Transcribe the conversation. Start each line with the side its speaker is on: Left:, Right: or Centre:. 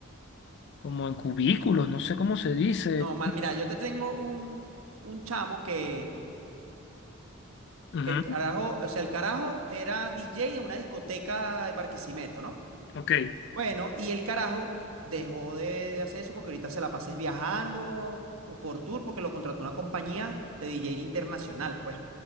Left: como en cubículos, no sé cómo se dice.
Right: No, man, mira, yo te tengo un, un chamo que,
Left: Ujú,
Right: que el carajo, o sea, el carajo era DJ en una discoteca en Barquisimeto, ¿no?
Left: Ok,
Right: Bueno, y el carajo dejó de hacer eso porque ahorita se la pases viajando o por tour porque lo contrató una compañía de DJ internacional, pues.